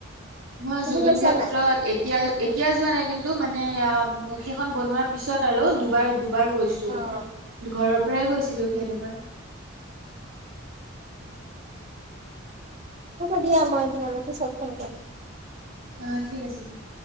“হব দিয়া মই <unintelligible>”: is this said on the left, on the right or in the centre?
Right